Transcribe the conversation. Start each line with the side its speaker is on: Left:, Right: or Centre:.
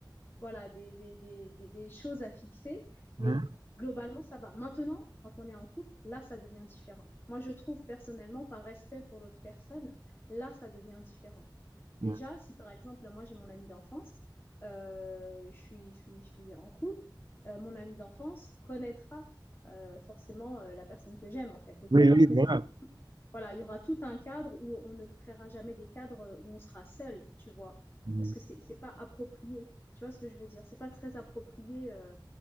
Left: voilà, des, des, des, des, des choses à fixer,
Right: Mhm.
Left: mais globalement, ça va. Maintenant, quand on est en couple, là, ça devient différent. Moi, je trouve personnellement, par respect pour l'autre personne, là, ça devient différent. Déjà,
Right: Mhm.
Left: si par exemple, moi, j'ai mon ami d'enfance, euh, je suis, je suis, je suis en couple, euh, mon ami d'enfance connaîtra euh, forcément euh, la personne que j'aime, en fait. Donc,
Right: Oui,
Left: il y aura
Right: oui,
Left: présent
Right: voilà.
Left: voilà, il y aura tout un cadre où on ne créera jamais des cadres où on sera seul, tu vois,
Right: Mhm.
Left: parce que c'est c'est pas approprié. Tu vois ce que je veux dire? C'est pas très approprié euh,